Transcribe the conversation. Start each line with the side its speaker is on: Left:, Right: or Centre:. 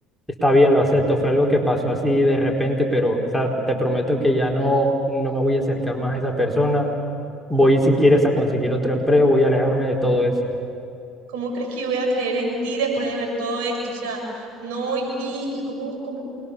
Centre: está bien, lo acepto, fue algo que pasó así de repente, pero o sea, te prometo que ya no, no me voy a acercar más a esa persona. Voy, si quieres, a conseguir otro empleo, voy a alejarme de todo eso.
Right: ¿Cómo crees que yo voy a creer en ti después de ver todo esto? O sea, no, y, y y cómo, cómo